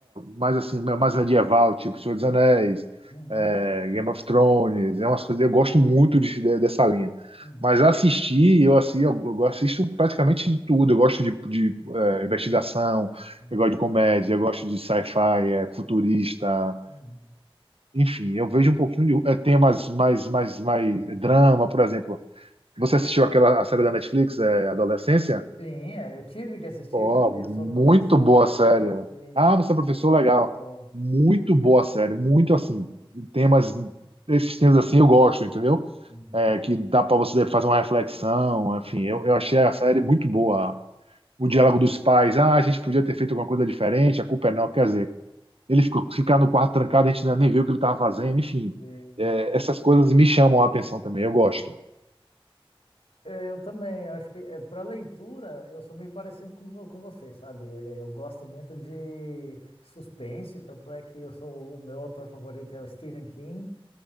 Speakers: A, on the right; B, on the left.
A: mais assim, mais medieval, tipo Senhor dos Anéis,
B: Uhum,
A: é, Game of Thrones, é umas coisas, eu gosto muito de- de- dessa linha.
B: uhum,
A: Mas assistir, eu assim, eu, eu assisto praticamente de tudo. Eu gosto de, de, é, investigação,
B: uhum.
A: eu gosto de comédia, eu gosto de sci-fi, é, futurista
B: Uhum.
A: enfim, eu vejo um pouquinho de é, temas mais, mais, mais drama, por exemplo. Você assistiu aquela a série da Netflix, é, Adolescência?
B: Sim, é, eu tive que assistir
A: Ó,
B: porque
A: muito
B: eu sou professor,
A: boa
B: então
A: série.
B: assim,
A: Ah, você é professor, legal.
B: gosto.
A: Muito boa série, muito assim, temas, esses temas assim eu gosto, entendeu?
B: Uhum.
A: É, que dá para você fazer uma reflexão, enfim,
B: Sim,
A: eu, eu achei a série muito boa. O diálogo dos pais, ah, a gente podia ter feito alguma coisa diferente, a culpa é não, quer dizer, ele ficou, ficar no quarto trancado, a gente nem viu o que ele estava fazendo, enfim.
B: sim.
A: É, essas coisas me chamam a atenção também, eu gosto.
B: Eu também, eu acho que é, para leitura eu sou meio parecido com, vo- com você, sabe? É, Eu gosto muito de suspense, tanto é que eu sou o meu autor favorito é o Stephen King,